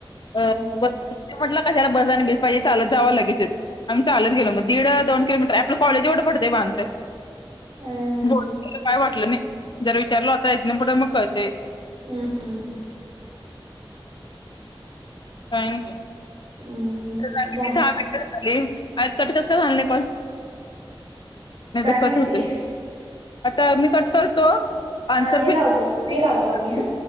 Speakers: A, on the left (about 55°); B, on the right (about 80°).
A: अ
B: होय
A: ब म्हट कशाला बस आणि भस पाजे लत जाव लागेचेत आम्ही लत गल मग दीड दोन किलोमीटर आपलं कॉज एव ड ब तला
B: हम्म
A: काय वाटलं नाही जर विचारलं आता एकना पुढे मग कळते
B: हम
A: थँक यू
B: हम्म
A: तर बाकीि
B: जा
A: दहा मिनट कट कस का झालं नाही काण नाही
B: काय
A: तर कट
B: माहिती
A: होते आता मी कट करतो <unintelligible>
B: हा मी लावतो मी लावतो आणि हा